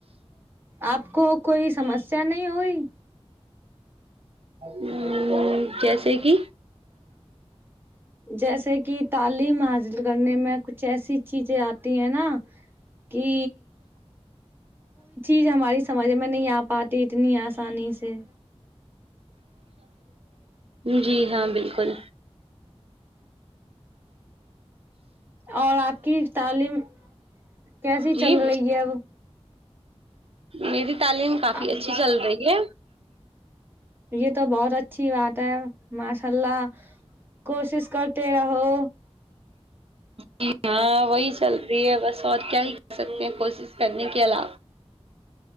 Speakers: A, on the right (about 20°); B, on the right (about 65°).
A: آپ کو کوئی سمسیا نہیں ہوئی
B: ہ جیسے کہ
A: جیسے کہ تعلیم ہا ل کرنے میں کچھ ایسی چیزیں آتی ہیں نا کہ چ ہماری سمجھ میں نہیں آ پاتی اتنی آسانی سے
B: جی ہاں بالکل
A: اور آپ کی تعلیم کیسی
B: جی
A: چل رہی ہے اب
B: میری تعلیم کافی
A: اب
B: اچھی چل رہی ہے
A: یہ تو بہت اچھی بات ہے ماشاء اللہ کوشش کرتے رہو
B: ج ہاں وہی چلتی ہے بس اور کیا ہی کر سکتے ہیں کوشش کرنے کے علاوہ